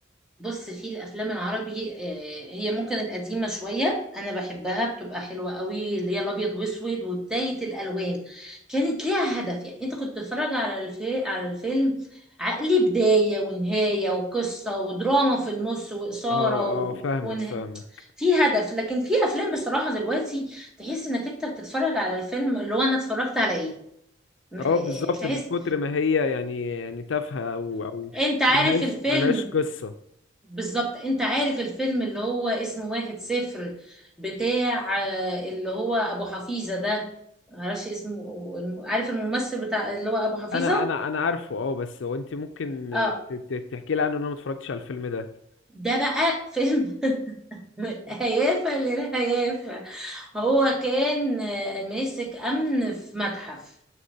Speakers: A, in the centre; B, on the left (about 75°).
A: بص في الافلام العربي آه، هي ممكن القديمه شويه انا بحبها بتبقى حلوه قوي اللي هي الابيض واسود وبدايه الالوان كانت ليها هدف يعني انت كنت بتتفرج على الفي... على الفيلم عقلي بدايه ونهايه وقصه ودراما في النص واثاره
B: اه
A: و...
B: اه فاهمك
A: ونه...
B: فاهمك
A: في هدف لكن في افلام بصراحه دلوقتي تحس انك انت بتتفرج على الفيلم اللي هو انا اتفرجت على ايه م-
B: اه
A: آه،
B: بالظبط
A: آه، تحس
B: من كتر ما هي يعني يعني تافهة او او
A: انت عارف
B: ملهاش
A: الفيلم
B: ملهاش قصة
A: بالظبط انت عارف الفيلم اللي هو اسمه واحد صفر بتاع آه، اللي هو ابو حفيظة ده معرفش اسمه عارف الممثل بتاع اللي هو ابو حفيظة
B: انا انا انا عارفه اه بس هو انت ممكن
A: اه
B: ت... ت... تحكي لي عنه ان انا ما اتفرجتش على الفيلم ده
A: ده بقى فيلم <laughs> هيافة للهيافة هو كان آه، ماسك امن في متحف